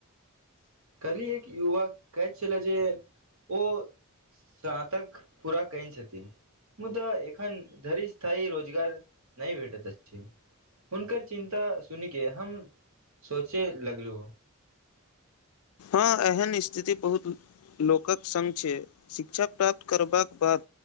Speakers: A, on the right; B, on the left.
A: कल्हि एक युवक कहैत छले जे ओ स्नातक पूरा कैने छथिन मुदा एखन धरि स्थायी रोजगार नहि भेटैत अछि हुनकर चिन्ता सुनि कऽ हम सोचे लगलु
B: हां एहन स्थिति बहुत लोकक संग छै, शिक्षा प्राप्त करबाक बाद